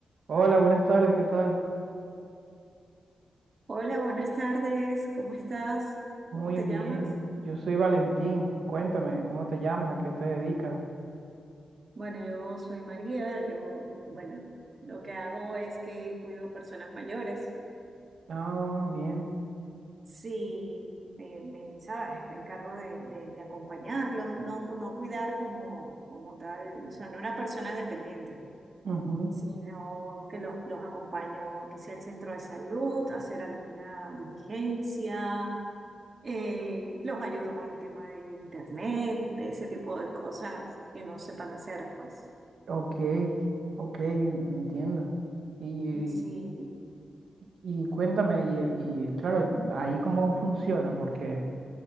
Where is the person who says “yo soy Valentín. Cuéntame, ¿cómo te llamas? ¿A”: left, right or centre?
Right